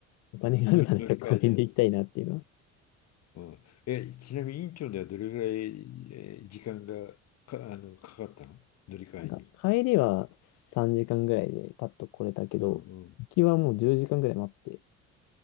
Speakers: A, on the left; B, on the left.
A: お金があるならちょっとコンビニで行きたいなっていうのは。
B: あ、乗り乗り換えで、ね。うん、え、ちなみにインチョンではどれぐらいえー時間がか、あの、かかったの乗り換えに。
A: なんか、帰りは3時間ぐらいでパッと来れたけど、
B: うんうん。
A: 行きはもう10時間ぐらい待って。